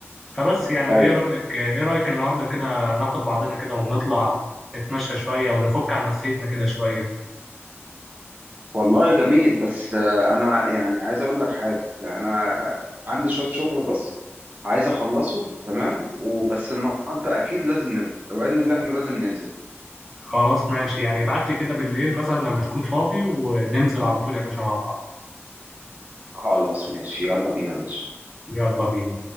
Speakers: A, in the centre; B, on the right (about 35°).
A: فبس يعني
B: ايوه
A: ايه رأيك ايه رأيك النهارده كده ناخد بعضنا كده ونطلع نتمشى شوية ونفك عن نفسيتنا كده شوية
B: والله جميل بس آه، انا يعني عايز اقول لك حاجة انا عندي شوية شغل بس عايز اخلصهم تمام وبس النهارده اكيد لازم ننزل وعدنا اللي احنا لازم ننزل
A: خلاص ماشي يعني ابعت لي كده بالليل مثلا لما تكون فاضي وننزل على طول يا باشا مع بعض
B: خلاص ماشي يلا بينا يا باشا
A: يلا بينا